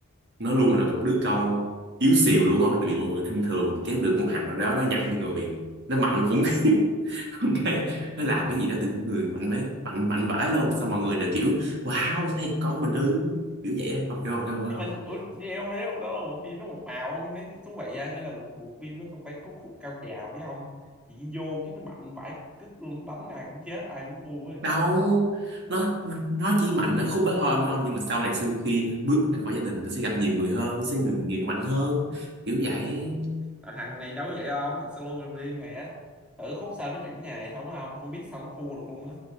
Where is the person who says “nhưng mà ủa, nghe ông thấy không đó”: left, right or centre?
Centre